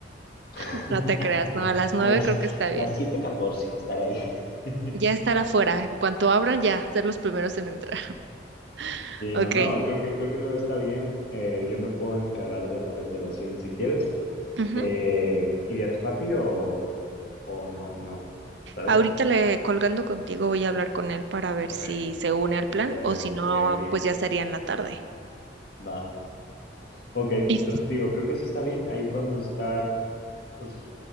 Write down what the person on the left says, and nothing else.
<laughs>
Ay, no,
a las,
a
las siete catorce estar ahí. <laughs>
Sí, no,
no, creo que, creo que no está bien. Eh, yo me puedo encargar de la reservación si quieres.
Eh, ¿iría tu papi o, o no? No, ¿sabes?
Ok,
sí
puede
pedir el día.
Va. Ok,
entonces digo, creo que eso está bien. Ahí podemos estar, pues,